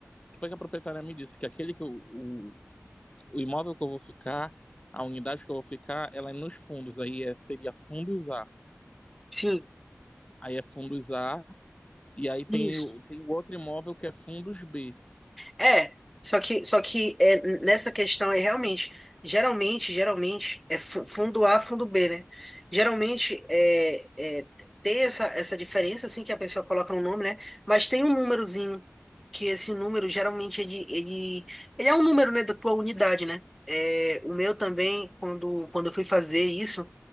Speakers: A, on the left; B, in the centre.
A: que foi que a proprietária me disse? Que aquele que eu- o, o imóvel que eu vou ficar, a unidade que eu vou ficar, ela é nos fundos. Aí é, seria fundos A.
B: sim,
A: Aí é fundos A. E aí tem,
B: isso.
A: o- tem o outro imóvel que é fundos B.
B: É, só que, só que é, nessa questão aí, realmente, geralmente, geralmente, é fu- fundo A, fundo B, né? Geralmente, é, é, tem essa, essa diferença, assim, que a pessoa coloca um nome, né? Mas tem um númerozinho, que esse número, geralmente, ele, ele, ele é um número, né, da tua unidade, né? É, o meu também, quando, quando eu fui fazer isso,